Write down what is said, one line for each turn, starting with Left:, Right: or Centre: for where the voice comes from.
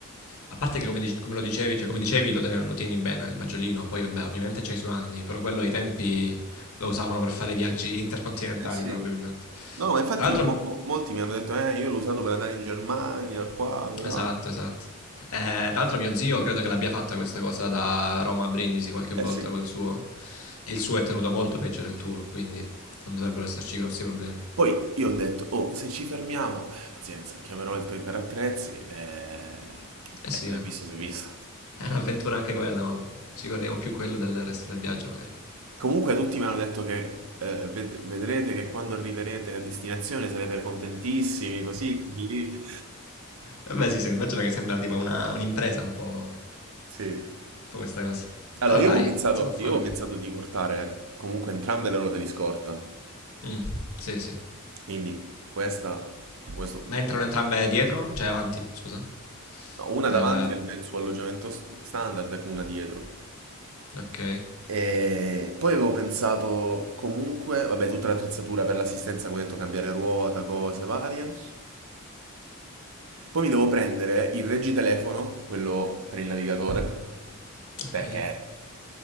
Left: a parte che come, dic- come lo dicevi, cioè come dicevi lo, ten- lo tieni bene il maggiolino, poi vabbè, ovviamente c'hai i suoi anni, però quello ai tempi lo usavano per fare viaggi intercontinentali
Right: Eh sì.
Left: probabilmente.
Right: No, ma infatti
Left: Tra l'altro,
Right: mo- mo- molti mi hanno detto, eh, io l'ho usato per andare in Germania, qua, là.
Left: esatto, esatto. Eh, tra l'altro mio zio credo che l'abbia fatta questa cosa da Roma a Brindisi qualche volta
Right: Eh sì.
Left: col suo, e il suo è tenuto molto peggio del tuo, quindi non dovrebbero esserci grossi problemi.
Right: Poi io ho detto, oh, se ci fermiamo, eh, pazienza, chiamerò il tuoi carattrezzi e...
Left: Eh
Right: e
Left: sì, eh.
Right: visto si è visto.
Left: È un'avventura anche quella, ma ci ricordiamo più quello del resto del viaggio magari.
Right: Comunque tutti mi hanno detto che eh, ved- vedrete che quando arriverete a destinazione sarete contentissimi, così. così.
Left: Vabbè, sì, sì, immagino che sembra tipo una, un'impresa un po', un
Right: Sì.
Left: po' questa cosa.
Right: Allora,
Left: Però
Right: io
Left: dai,
Right: avevo pensato,
Left: si può fare.
Right: io avevo pensato di portare comunque entrambe le ruote di scorta,
Left: Mm, sì, sì.
Right: quindi questa, questo,
Left: Ma entrano entrambe dietro? Cioè avanti, scusa.
Right: no, una
Left: Nel...
Right: davanti al- nel suo alloggiamento s- standard e una dietro.
Left: Ok,
Right: E poi avevo pensato comunque, vabbè, tutta l'attrezzatura per l'assistenza, come ho detto, cambiare ruota, cose varie. Poi mi devo prendere il reggitelefono, quello per il navigatore,
Left: ok.
Right: perché